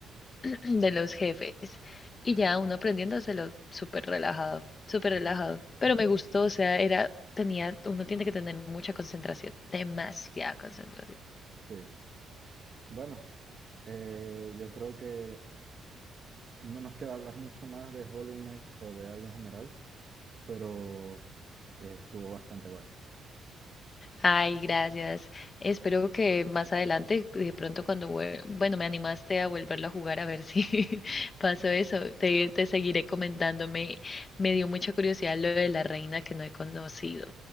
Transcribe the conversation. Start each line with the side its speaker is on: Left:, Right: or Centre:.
Left: de los jefes. Y ya uno aprendiéndoselo súper relajado, súper
Right: Ujú.
Left: relajado. Pero me gustó, o sea, era, tenía, uno tiene que tener mucha concentración, demasiada concentración.
Right: Sí. Bueno, eh, yo creo que no nos queda hablar mucho más de Hollow Knight o de algo en general, pero eh, estuvo bastante bueno.
Left: Ay, gracias. Espero que más adelante, de pronto cuando, vuel- bueno, me animaste a volverlo a jugar a ver si <laughs> pasó eso. Te, te seguiré comentando me Me dio mucha curiosidad lo de la reina que no he conocido.